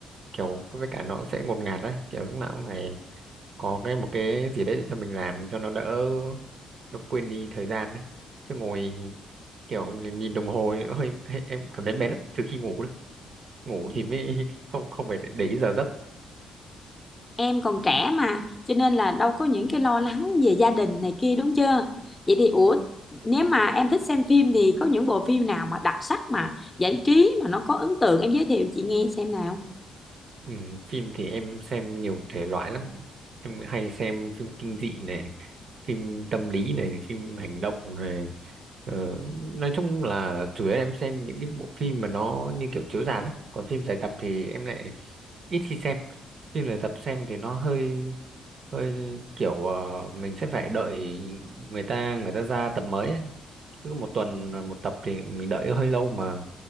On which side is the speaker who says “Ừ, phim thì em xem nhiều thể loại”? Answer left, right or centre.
Right